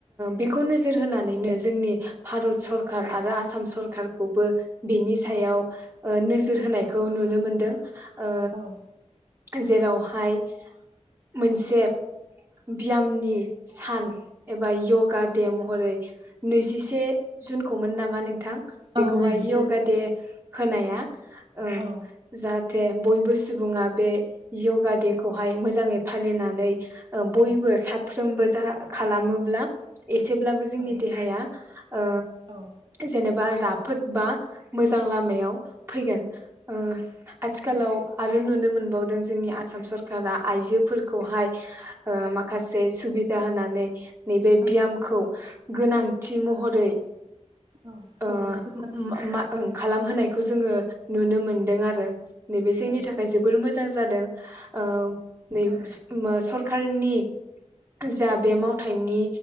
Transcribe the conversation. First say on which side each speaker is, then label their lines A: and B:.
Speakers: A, on the right; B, on the right.
A: बेखौ नोजोर होनानैनो जोंनि भारत सरखार आरो आसाम सरखारखौबो। बेनि सायाव
B: औ
A: नोजोर होनाय। खौ नुनो मोनदों। ओ
B: औ।
A: जेरावहाय। मोनसे बियामनि सान एबा। य'गा
B: औ
A: दे महरै।
B: औ
A: नैजि से जुनखौमोन नामा नोंथां। बेखौहाय
B: औ नैजिसे
A: यगा
B: जन
A: दे होनाया। ओं
B: औ
A: जाहाथे। बयबो सुबुङा बे यगा दे। खौहाय मोजांङै फालिनानै।
B: औ
A: बयबो साफ्रोमबो। जा खालामोब्ला। एसेब्लाबो जोंनि
B: औ
A: देहाया ओ
B: औ
A: जेनेबा राफोद बा मोजां लामायाव फैगोन ओ आथिखालाव
B: नंगौ
A: आरो नुनो मोनो बावदों जोंनि आसाम सरकारा सरखारा आइजोफोरखौहाय ओ माखासे सुबिदा होनानै नैबे
B: औ
A: बियामखौ गोनांथि महरै
B: औ खालाम
A: ओ
B: होथार
A: मा ओ खालामहोनायखौ जोङो नुनो मोनदों आरो। नैबे जोंनि
B: औ
A: थाखाय जोबोर मो जां जादों। ओ नै
B: औ
A: स ओ सर खारनि जा बे मावथायनि